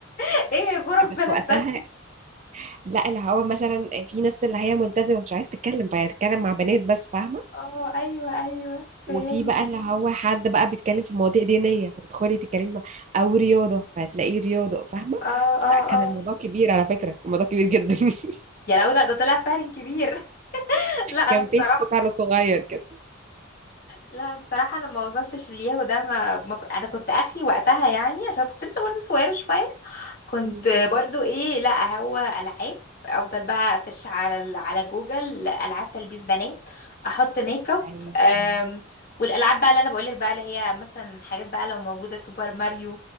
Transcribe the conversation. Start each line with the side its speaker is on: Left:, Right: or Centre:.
Left: <laughs> ايه
Right: <laughs>
Left: غرف
Right: بس
Left: بلد
Right: وقتها
Left: بس
Right: لا اللي هو مثلا في ناس اللي هي ملتزمه مش عايزه تتكلم فهي هتتكلم مع بنات بس فاهمه
Left: اه ايوه ايوه فهمت
Right: وفي بقى اللي هو حد بقى بيتكلم في مواضيع دينية فتدخلي تتكلمي مع أو رياضة فهتلاقيه رياضة فاهمة
Left: اه
Right: فلا
Left: اه
Right: كان
Left: اه
Right: الموضوع كبير على فكرة الموضوع كبير جدا <laughs>
Left: يا لو لا ده طلع فعلا كبير <laughs> لا انا
Right: كان
Left: بصراحه
Right: فيسبوك على صغير كده
Left: لا بصراحه انا ما وصلتش للياهو ده ما, ما ك- انا كنت اخري وقتها يعني عشان كنت لسه برضه صغيره شويه كنت
Right: مم.
Left: برضه ايه لا هو العاب افضل بقى اسيرش على ال- على جوجل العاب تلبيس بنات احط ميك اب
Right: أيوة
Left: أم،
Right: أيوة
Left: والالعاب بقى اللي انا بقولك بقى اللي هي مثلا حاجات بقى لو موجوده سوبر ماريو